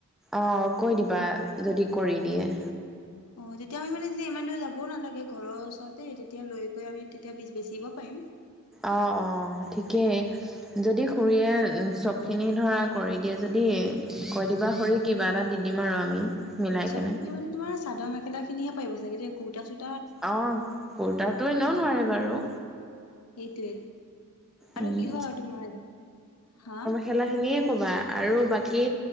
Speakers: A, in the centre; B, on the left.
A: অ', কৈ দিবা, যদি কৰি দিয়ে।
B: অ' তেতিয়া আমি মানে যে ইমান দূৰ যাবও নালাগে। ঘৰৰ ওচৰতে তেতিয়া লৈ গৈ আমি তেতিয়া বিছ-বেচিব পাৰিম।
A: অ', অ', ঠিকেই। যদি খুৰীয়ে চবখিনি ধৰা কৰি দিয়ে যদি কৈ দিবা খুৰীক। কিবা এটা দি দিম আৰু আমি। মিলাই
B: চবখিনি
A: কেনে।
B: মানে তোমাৰ চাদৰ মেখেলাখিনিহে পাৰিব চাগৈ দে কুটা, চুটা
A: অ, কুৰ্তাতোও এনেও নোৱাৰে বাৰু।
B: সেইটোৱেই,
A: উম,
B: আৰু কিহৰ তোমাৰ, হা?
A: খেলা খিনিয়ে ক'বা আৰু বাকী